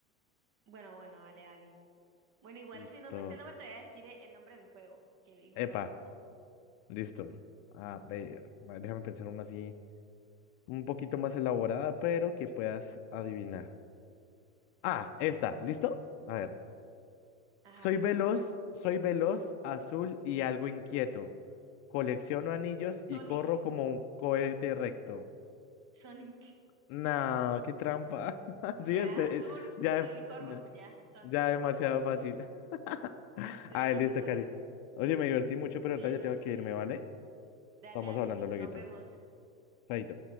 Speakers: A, on the right; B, on the left.
A: Bueno, bueno, dale, dale. Bueno, igual
B: Listo.
A: si no me sé el nombre, te voy a decir e- el nombre del juego, que igual
B: Epa,
A: lo mismo.
B: listo. A ver, va, déjame pensar una así, un poquito más elaborada, pero que puedas adivinar. Ah, esta, ¿listo? A ver.
A: Ajá,
B: Soy
A: dime.
B: veloz, soy veloz, azul y algo inquieto. Colecciono anillos y
A: Sonic,
B: corro como un cohete recto.
A: Sonic. <laughs>
B: No, qué trampa. <laughs>
A: Ya,
B: Sí, este,
A: azul,
B: eh, ya,
A: azul y corro.
B: ya,
A: Ya, Sonic.
B: ya demasiado fácil. <laughs>
A: Soy
B: Ah,
A: azul
B: listo,
A: y corro.
B: Cari. Oye, me divertí mucho, pero
A: Oye,
B: ahorita ya
A: no,
B: tengo
A: sí.
B: que irme, ¿vale?
A: Dale,
B: Vamos
A: dale,
B: hablando
A: Nico,
B: luego.
A: nos vemos.
B: Chaito.